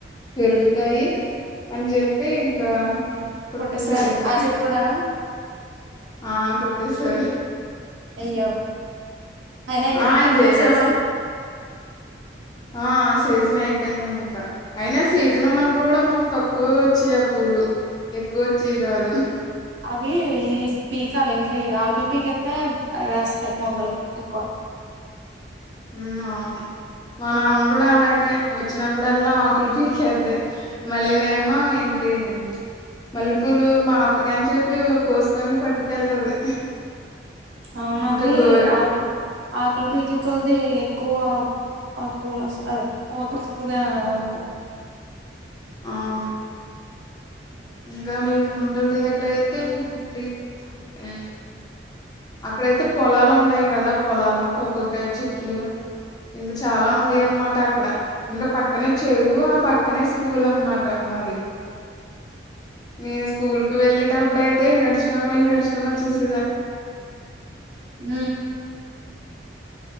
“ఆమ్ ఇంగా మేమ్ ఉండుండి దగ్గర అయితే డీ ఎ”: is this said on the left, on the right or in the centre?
Left